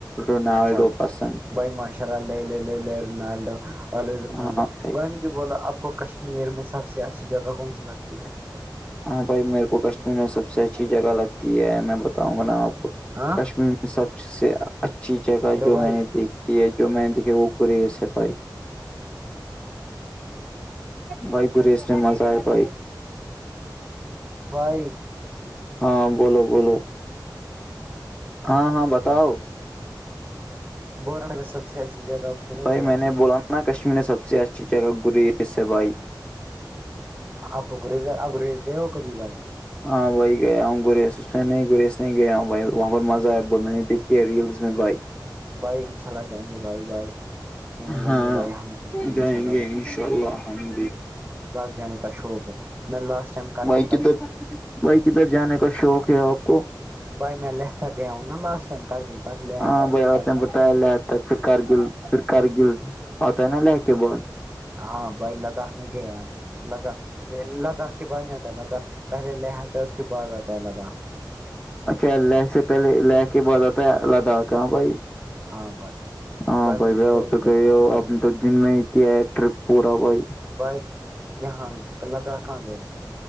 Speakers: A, on the left; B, on the right.
A: روناالڈو
B: اچھا ٹھیک
A: پسند
B: بھائی ماشاء اللہ ل لوو
A: ہاں بھائی
B: بھ جھ بولو آپ کو کشمیر میں سب سے اچھی جگہ کون سی لگتی ہے
A: ہاں بھائی میرے کو کشمیر میں سب سے اچھی جگہ لگتی ہے میں بتاؤں گا نا آپ کو
B: ہاں
A: کشمیر سب سے اچھی جگہ
B: لو
A: جو میں
B: بھائی
A: نے دیکھی ہے جو میں نے دیکھی وہ گریز ہے بائک بھائی گریی اس میں مزہ آ ہے بھائی
B: بائی
A: ہاں بولو بولو <unintelligible> ہاں ہاں بتاؤ
B: بور میں سب سے اچھی جگہ کو کون
A: بھائی
B: سی لگتی
A: میں نے
B: ہے
A: بولا نا کشمیر میں سب سے اچھی جگہ گریس بھائی
B: اب گریز ا گریز گئے ہو کبھی بھائی
A: ہاں بھائی گیا ہوں گریس اس میں نہیں گرییس نہیں گیا ہوں بھائی وہاں پر مزہ آیا میں نے دیکھیے ہے ریلس میں بھائی
B: بھائی ان شاء اللہ جائیں گے بھائی بائی کیوں نہیں جائیں
A: ہاں
B: گے بھائی ہم گے ان
A: جائیں
B: شاء اللہ
A: گے انشاء اللہ ہم بھی
B: باغ جانے کا شوق ہے میں لاسٹ ٹائم کر
A: بھائی
B: گلتا
A: کدھر بھائی کدھر جانے کا شوق ہے آپ کو
B: بھائی میں لہتاک گیا ہوں نا لاسٹ ٹائم کر گلتا لے
A: ہاں
B: آگئے
A: بھائی آپ بتایا لے آتا پھر کارگل پھر کارگل آتا ہے نا لے کے بہت
B: ہاں بائی لداخ میں گئے ہم <unintelligible> لداخ لداخ کے بعد نہیں آتا لداخ پہلے لے آتا ہے اس کے بعد آتا ہے لداخ
A: اچھا ل سے پہلے لے کے بعد آتا ہے لداخ کا بھائی
B: ہاں بھائی
A: ہاں بھائی
B: مجھے
A: بائی
B: شوق
A: آپ تو
B: ہے
A: گئے
B: بہت
A: ہو
B: جانے
A: آپ نے
B: کا.
A: دو دن میں ہی کیا ہے ٹرپ پورا بھائی
B: بائ یہاں لداخ کہاں گئے